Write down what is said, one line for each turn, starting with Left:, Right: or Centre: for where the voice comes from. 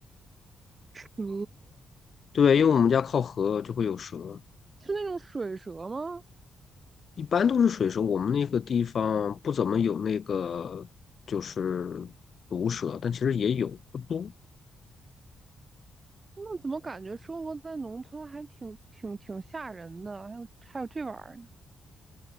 Right: 蛇
Left: 对，因为我们家靠河就会有蛇，
Right: 是那种水蛇吗？
Left: 一般都是水蛇。我们那个地方不怎么有那个就是毒蛇，但其实也有，不多。
Right: 那怎么感觉生活在农村还挺挺挺吓人的？还有还有这玩意儿呢？